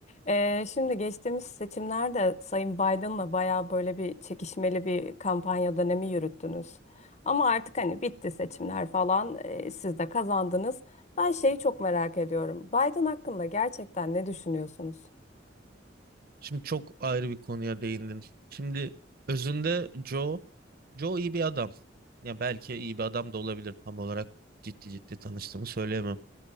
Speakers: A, on the left; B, on the right.
A: Ee, şimdi geçtiğimiz seçimlerde Sayın Biden'la bayağı böyle bir çekişmeli bir kampanya dönemi yürüttünüz. Ama artık hani bitti seçimler falan, ee, siz de kazandınız. Ben şeyi çok merak ediyorum. Biden hakkında gerçekten ne düşünüyorsunuz?
B: Şimdi çok ayrı bir konuya değindin. Şimdi özünde Joe, Joe iyi bir adam. Ya belki iyi bir adam da olabilir tam olarak ciddi ciddi tanıştığımı söyleyemem.